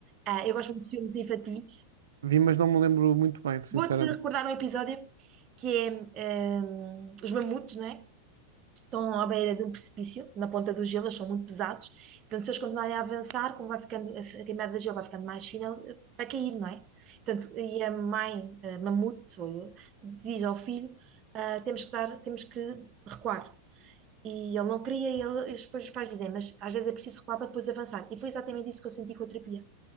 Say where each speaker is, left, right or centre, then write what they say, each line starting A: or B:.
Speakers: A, on the right; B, on the right.
A: Ah, eu gosto muito de filmes infantis.
B: Vi, mas não me lembro muito bem, sinceramente.
A: Vou-te recordar um episódio que é hum, Os Mamutes, não é? estão à beira de um precipício, na ponta do gelo, eles são muito pesados, portanto, se eles continuarem a avançar, como vai ficando, a camada de gelo vai ficando mais fina, eh, vai cair, não é? Portanto, e a mãe, a mamute, ou- diz ao filho, ah, temos que dar, temos que recuar. E ele não queria, e ele- e depois os pais dizem, mas às vezes é preciso recuar para depois avançar. E foi exatamente isso que eu senti com a terapia,